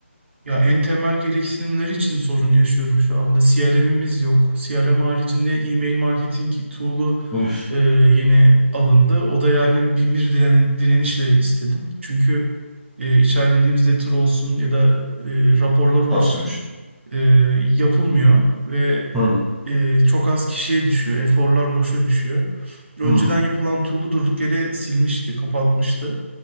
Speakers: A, on the right (about 60°); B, in the centre.
A: Ya en temel gereksinimler için sorun yaşıyorum şu anda. CRM'imiz yok. CRM haricinde e-mail marketing tool'u
B: Üf.
A: e, yeni alındı. O da yani bin bir diren- direnişle istedim. Çünkü e, içeride newsletter olsun ya da e, raporlar olsun
B: Subscription.
A: e, yapılmıyor ve
B: Hı.
A: e, çok az kişiye düşüyor. Eforlar boşa düşüyor. Önceden
B: Hı.
A: yapılan tool'u durduk yere silmişti, kapatmıştı.